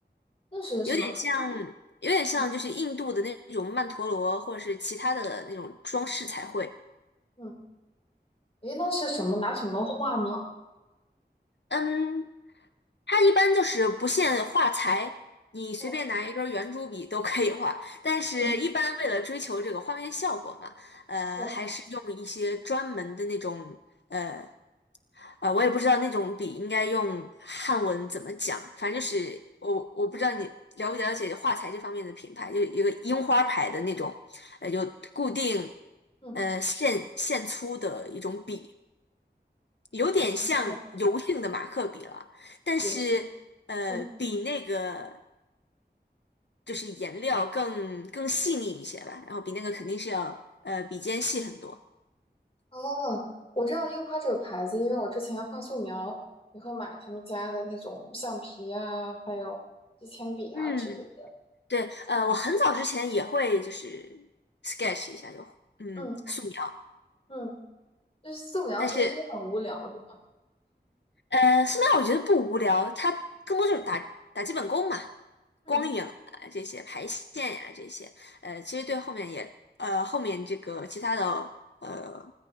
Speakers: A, on the left (about 35°); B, on the left (about 80°).
A: 那是什么？
B: 有点像，
A: 嗯
B: 有点像就是印度的那种曼陀罗，
A: 嗯，
B: 或者是其他的那种装饰彩绘。
A: 嗯诶，那是什么？拿什么画呢？
B: 嗯，它一般就是不限画材，你随便拿一根圆珠笔都可以画。
A: 哦，
B: 但是，
A: 嗯
B: 一般为了追求这个画面效果嘛，呃，
A: 哦
B: 还是用一些专门的那种。呃啊，我也不知道那种笔应该用汉文怎么讲，反正就是我我不知道你了不了解画材这方面的品牌，就一个樱花牌的那种，呃，有固定
A: 嗯
B: 呃线线粗的一种笔，有点像油性的马克笔了，
A: 哦哦，
B: 但是呃比那个
A: 游戏嗯
B: 就是颜料更更细腻一些吧，然后比那个肯定是要呃笔尖细很多。
A: 哦，我知道樱花这个牌子，因为我之前画素描也会买他们家的那种橡皮啊，还有支铅笔啊之类的。
B: 嗯，对，呃，我很早之前也会就是 sketch 一下就，嗯，
A: 嗯
B: 素描。
A: 嗯，就是素描其实是很无聊对嘛。
B: 但是，呃，素描我觉得不无聊，它更多就是打打基本功嘛，
A: 嗯
B: 光影啊这些，排线呀、这些，呃，其实对后面也，呃，后面这个其他的，呃，